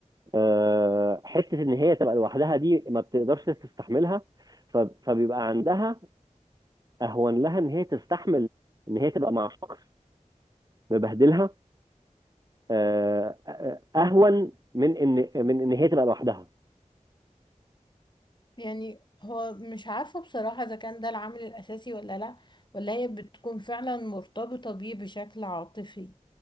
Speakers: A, on the right; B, on the left.
A: آه، حته ان هي تبقى لوحدها دي ما بتقدرش تستحملها ف- فبيبقى عندها اهون لها ان هي تستحمل ان هي تبقى مع شخص مبهدلها آه، آه، اهون من ان من ان هي تبقى لوحدها
B: يعني هو مش عارفة بصراحة اذا كان ده العامل الاساسي ولا لا ولا هي بتكون فعلا مرتبطة بيه بشكل عاطفي